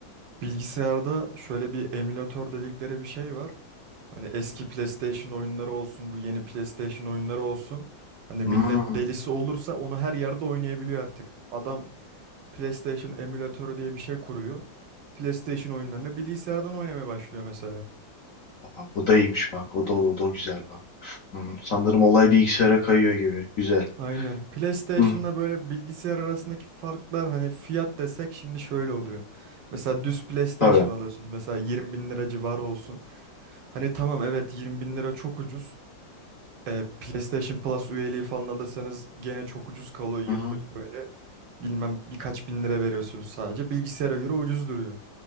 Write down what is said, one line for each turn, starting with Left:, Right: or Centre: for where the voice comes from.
Right: Bilgisayarda şöyle bir emülatör dedikleri bir şey var. Hani eski PlayStation oyunları olsun, bu yeni PlayStation oyunları olsun. Hani
Left: Hmm,
Right: millet delisi olursa onu her yerde oynayabiliyor artık. Adam PlayStation emülatörü diye bir şey kuruyor. PlayStation oyunlarını bilgisayardan oynamaya başlıyor mesela.
Left: bak, bu da iyiymiş bak. O da, o da güzel bak. Hmm, sanırım olay bilgisayara kayıyor gibi. Güzel.
Right: Aynen. PlayStation'la
Left: Hmm,
Right: böyle bilgisayar arasındaki farklar hani fiyat desek şimdi şöyle oluyor. Mesela düz PlayStation
Left: tabii.
Right: alıyorsunuz. Mesela 20 bin lira civarı olsun. Hani tamam evet 20 bin lira çok ucuz. E, PlayStation Plus üyeliği falan alırsanız gene çok ucuz kalıyor
Left: Hı
Right: yıllık
Left: hı.
Right: böyle. Bilmem birkaç bin lira veriyorsunuz sadece. Bilgisayara göre ucuz duruyor.